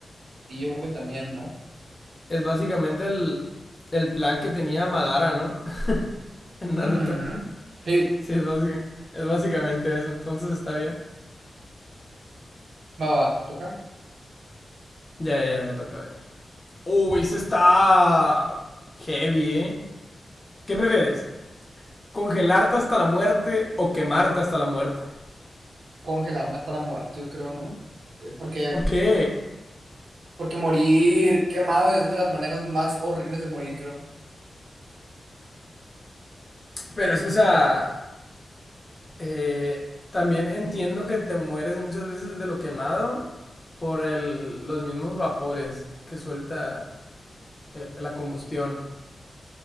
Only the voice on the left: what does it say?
Es básicamente el, el plan que tenía Madara, ¿no? <laughs> En Naruto.
Sí, es, básica- es básicamente eso. Entonces está bien.
Ya, ya, ya, me toca ver. Uy, eso está heavy, ¿eh? ¿Qué prefieres? ¿Congelarte hasta la muerte o quemarte hasta la muerte?
¿Por qué?
Pero es que, o sea, eh, también entiendo que te mueres muchas veces de lo quemado por el- los mismos vapores que suelta el- la combustión.